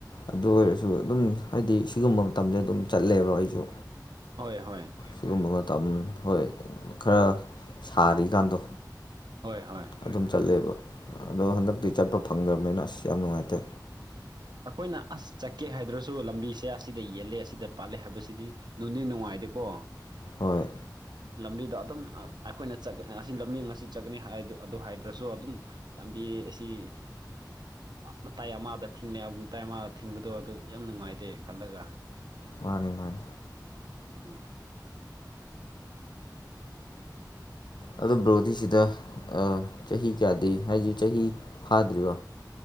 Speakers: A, on the left (about 80°); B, on the right (about 70°).
A: ꯑꯗꯨ ꯑꯣꯏꯔꯁꯨ ꯑꯗꯨꯝ ꯍꯥꯏꯗꯤ ꯁꯤꯒꯨꯝꯕ ꯃꯇꯝꯁꯦ ꯑꯗꯨꯝ ꯆꯠꯂꯦꯕ ꯑꯩꯁꯨ
B: ꯍꯣꯏ ꯍꯣꯏ
A: ꯁꯤꯒꯨꯝꯕ ꯃꯇꯝ ꯍꯣꯏ ꯈꯔ ꯁꯥꯔꯤꯀꯥꯟꯗꯣ
B: ꯍꯣꯏ ꯍꯣꯏ
A: ꯑꯗꯨꯝ ꯆꯠꯂꯦꯕ ꯑꯗꯣ ꯍꯟꯗꯛꯇꯤ ꯆꯠꯄ ꯐꯪꯗ꯭ꯔꯕꯅꯤꯅ ꯑꯁ ꯌꯥꯝ ꯅꯨꯡꯉꯥꯏꯇꯦ
B: ꯑꯩꯈꯣꯏꯅ ꯑꯁ ꯆꯠꯀꯦ ꯍꯥꯏꯗ꯭ꯔꯁꯨ ꯂꯝꯕꯤꯁꯦ ꯑꯁꯤꯗ ꯌꯦꯜꯂꯦ ꯑꯁꯤꯗ ꯄꯥꯠꯂꯦ ꯍꯥꯏꯕꯁꯤꯗꯤ ꯅꯅꯨꯡꯗꯤ ꯅꯨꯡꯉꯥꯏꯗꯦꯀꯣ
A: ꯍꯣꯏ
B: <inaudible> ꯂꯝꯕꯤꯗꯣ ꯑꯗꯨꯝ ꯑꯩꯈꯣꯏꯅ ꯑꯁꯤ ꯂꯝꯕꯤ ꯑꯁꯤꯁꯤ ꯆꯠꯒꯅꯤ ꯍꯥꯏ ꯑꯗꯨ ꯍꯥꯏꯗ꯭ꯔꯁꯨ ꯑꯗꯨꯝ ꯂꯝꯕꯤ ꯑꯁꯤ ꯃꯇꯥꯏ ꯑꯃꯗ ꯊꯤꯡꯅꯩ ꯇꯥꯏ ꯊꯤꯡꯕꯗꯣ ꯑꯗꯨ ꯌꯥꯝ ꯅꯨꯡꯉꯥꯏꯇꯦ ꯈꯜꯂꯒ
A: ꯃꯥꯅꯤ ꯃꯥꯅꯤ
B: ꯎꯝ
A: ꯑꯣ ꯕ꯭ꯔꯣꯗꯤꯁꯤꯗ ꯆꯍꯤ ꯀꯌꯥꯗꯤ ꯍꯥꯏꯁꯤ ꯆꯍꯤ ꯐꯥꯗ꯭ꯔꯤꯕꯔꯤꯕꯣ